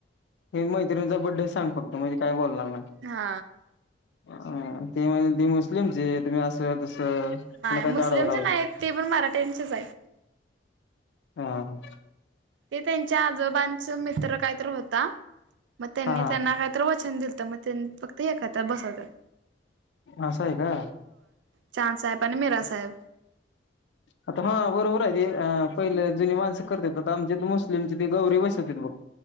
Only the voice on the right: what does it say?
हा
नाही
मुस्लिमचे
नाहीत ते पण मराठ्यांचेच आहेत
ते त्यांच्या आजोबांच मित्र काहीत होता! मग त्यांनी
त्यांना काहीतरी वचन दिलं मग फक्त एक करता बसवत
चांद साहेब आणि मीरा साहेब